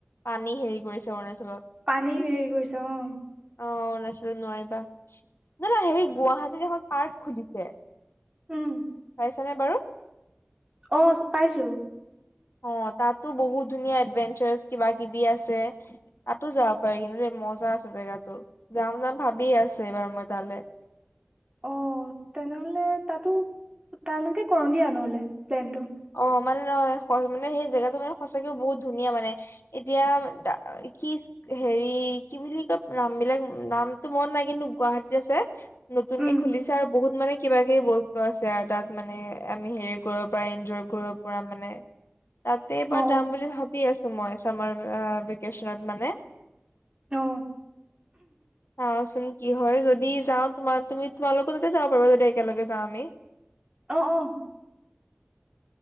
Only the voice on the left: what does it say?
পানী হেৰি কৰিছে অৰুণাচল
অ অৰুণাচলত নোৱাৰিবা না না হেৰিত এখন পাৰ্ক খুলিছে
চাইছা নে বাৰু?
অ', তাতো বহুত ধুনীয়া এডভেঞ্চাৰ্চ কিবা কিবি আছে, তাতো যাব পাৰি কিন্তু দেই। মজা আছে জেগাটো যাম যাম ভাবিয আছে এইবাৰ মই তালে।
অ' মানে নহয় মানে সেই জেগাতটো মানে সঁচাকেও বহুত ধুনীয়া মানে এতিয়া কি হেৰি কি বুলি কয় নাম বিলাক নামটো মন নাই কিন্তু গুৱাহাটীত আছে। নতুনকে
খুলিছে আৰু বহুত মানে কিবা কিবি বস্তু আছে আৰু তাত মানে আমি হেৰি কৰিব পাৰিম। <unintelligible> কৰিব পৰা মানে তাতে এবাৰ
যাম বুলি ভাবি আছো মই চামাৰ আ ভেকেচনত মানে
চাওঁ কি হয় যদি যাওঁ তোমা তোমি তোমালোকৰ লগতে যাব পাৰিবা যদি একেলগে যাওঁ আমি।